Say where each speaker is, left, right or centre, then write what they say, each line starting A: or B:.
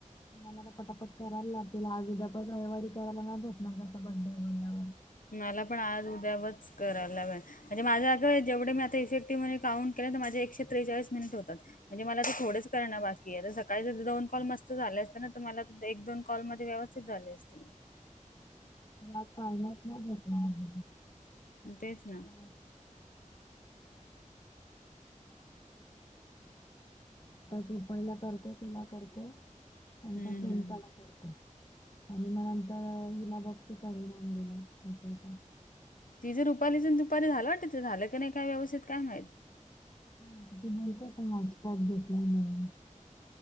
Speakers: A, on the left (about 35°); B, on the left (about 85°).
A: मला तर पटापट करायला लागतील आज उद्या रविवारी करायला नाही भेटणार आता बड्डे म्हटल्यावर
B: मला पण आज उद्यावरच करायला मि म्हणजे माझं आता जेवढ मी आता इफेक्टिव्ह काउंट केले माझे एकशे त्रेचाळीस मिनिटं होतात म्हणजे मला ते थोडेंच करणं बाकी आहे, सकाळी जर दोन कॉल मस्त झाले असत ना, मला एक दोन कॉलमध्ये व्यवस्थ स्थित झाले असते.
A: मला टाइमच नाही भेटणार
B: तेच ना,
A: <inaudible> आता तु पहिला करते तुला करते
B: हम्म
A: आणि त्या सुनीता
B: हम्म. हम्म.
A: ला क करते आणि मग नंतर हिला बघते करून अन्वीला येतंय का
B: तिज रुपालीच दुपारी झालं वाटतं तर झालं काय नाही व्यवस्थित काय माहीत
A: आता ती बोलतय का हॉटस्पॉट घेतलाय म्हणून